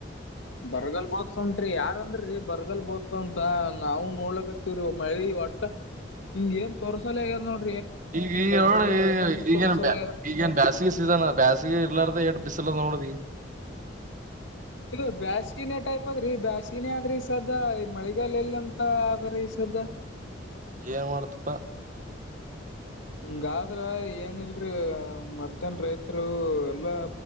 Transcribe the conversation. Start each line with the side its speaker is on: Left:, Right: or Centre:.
Left: ಬರಗಲ್ ಬೋತ್ಸತ್ರಿ ಯಾರಂದ್ರೀ ಬರ್ಗಲ್ ಬೋತ್ಸಂತ. ನಾವು ನೋಡ್ಲಕ್ಕತ್ತೀವ್ರಿ ಒಬ್ ಮಹಳಿ ಒಟ್ಟ ಹಿಂಗ ಏನ್ ತೊರಸಾಲ ಆಗ್ಯ ನೋಡ್ರ
Right: ಈಗ ಈಗ ಈ ಈಗನ್
Left: ತೋರ್ಸಲ್ಲ ಆಗ್ಯದ್ರಿ
Right: ಈಗೇನ್ ಬೇಸಿಗೆ ಸೀಸನ್ ಬೇಸಿಗೆ ಇರ್ಲಾರ್ದ ಎ ಬ ನ
Left: ಇದು ಬ್ಯಾಸಗಿನ ಟೈಪ್ ಅದ್ರೀ ಬ್ಯಾಾಸಗಿನೆ ಆದದ್ರಿ ಸದ ಈ ಮಳೆಗಾಲ ಎಲ್ಲಂತ ಅ ಸದ
Right: ಏನ್ ಮಾಡತಪ್ಪ
Left: ಹಂಗಾದ್ರ ಏನ ಇಲ್ರಿ ಮತ್ತನ್ ರೈತರು ಎಲ್ಲಾ